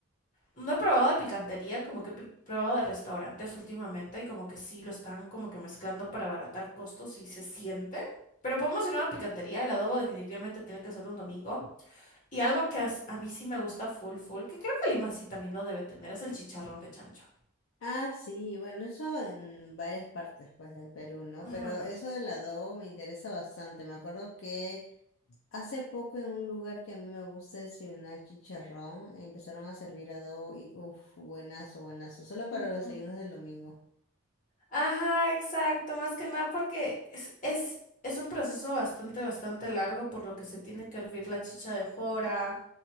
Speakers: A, on the left; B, on the left.
A: No he probado de picantería, como que he pr- probado de restaurantes últimamente y como que sí lo están como que mezclando para abaratar costos y se siente. Pero podemos ir a una picantería, el adobo definitivamente tiene que ser un domingo. Y algo que as- a mí sí me gusta full full, que creo que Lima sí también lo debe tener, es el chicharrón de chancho.
B: Ah, sí, bueno, eso en varias partes pues del Perú, ¿no?
A: Ajá.
B: Pero eso del adobo me interesa bastante. Me acuerdo que hace poco en un lugar que a mí me gusta desayunar chicharrón, empezaron a servir adobo y uff, buenazo, buenazo, solo para
A: Ujú.
B: los desayunos del domingo.
A: Ajá, exacto, más que nada porque es, es, es un proceso bastante, bastante largo por lo que se tiene que hervir la chicha de jora